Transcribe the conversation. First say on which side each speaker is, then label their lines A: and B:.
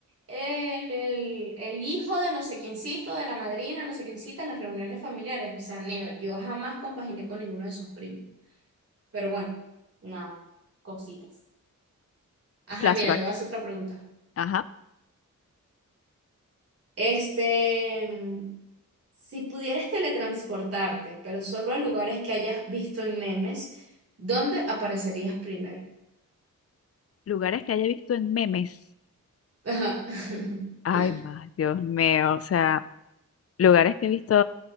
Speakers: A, on the right; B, on the left.
A: el, el, el hijo de no sé quiéncito, de la madrina, no sé quiéncita, en las reuniones familiares, o sea, never. Yo jamás compaginé con ninguno de esos primos. Pero bueno, nada, cositas. Ajá,
B: Flashback.
A: mira, te voy a hacer otra pregunta.
B: Ajá.
A: Este, mm, si pudieras teletransportarte, pero solo a lugares que hayas visto en memes, ¿dónde aparecerías primero?
B: Lugares que haya visto en memes.
A: Ajá. <laughs>
B: Ay, más, Dios mío, o sea. Lugares que he visto.